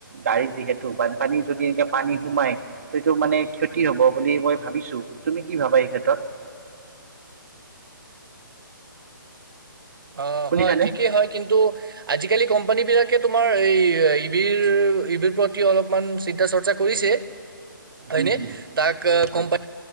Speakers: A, on the right; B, on the right.
A: গাড়ী যিহেতু বানপানী যদি এনেকে পানী সোমাই। ত' এইটো মানে ক্ষতি হব বুলি মই ভাবিছো। তুমি কি ভাবা এই ক্ষেত্ৰত?
B: অ',
A: শুনিছানে
B: হয়, ঠিকেই হয়। কিন্তু আজিকালি কোম্পানী বিলাকে তোমাৰ এই ই ভিৰ, ই ভিৰ প্ৰতি অলপমান চিন্তা চৰ্চা কৰিছে, হয়
A: উম,
B: নে?
A: হুম,
B: তাক
A: হয়
B: কোম্পান